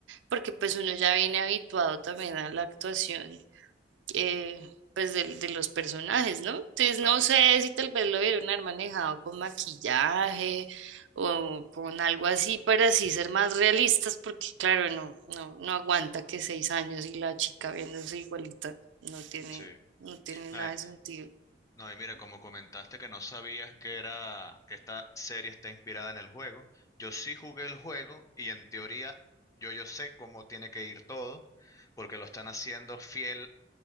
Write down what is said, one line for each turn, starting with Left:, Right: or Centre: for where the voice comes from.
Right: porque pues uno ya viene habituado también a la actuación eh, pues del- de, los personajes, ¿no? Entonces no
Left: Claro,
Right: sé si tal vez lo vieron haber manejado con maquillaje o con algo así para así ser más realistas, porque claro, no, no, no aguanta que seis años y la chica viéndose igualita, no tiene,
Left: sí.
Right: no tiene
Left: No,
Right: nada
Left: y,
Right: de sentido.
Left: no, y mira, como comentaste que no sabías que era, que esta serie está inspirada en el juego, yo sí jugué el juego y en teoría yo, yo sé cómo tiene que ir todo, porque lo están haciendo fiel